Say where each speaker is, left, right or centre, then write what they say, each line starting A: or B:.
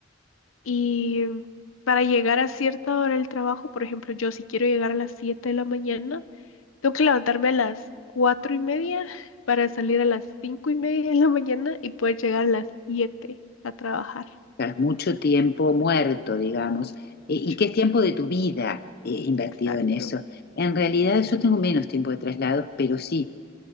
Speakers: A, on the left (about 80°); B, on the left (about 50°).
A: y para llegar a cierta hora del trabajo, por ejemplo, yo si quiero llegar a las 7 de la mañana, tengo que levantarme a las 4 y media para salir a las 5 y media de la mañana y poder llegar a las siete a trabajar.
B: tras mucho tiempo muerto, digamos, eh, y
A: Mucho,
B: qué es tiempo
A: sí,
B: de tu vida eh, invertido
A: exacto.
B: en eso. En realidad yo tengo menos tiempo de traslados, pero sí,